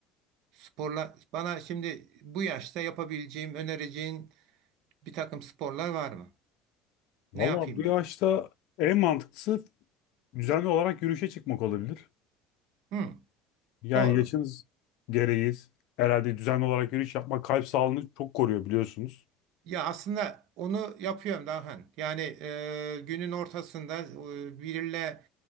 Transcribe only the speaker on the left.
Valla
bu
yaşta en mantıklısı düzenli olarak yürüyüşe çıkmak olabilir.
Yani
yaşınız gereği herhalde düzenli olarak yürüyüş yapmak kalp sağlığını çok koruyor biliyorsunuz.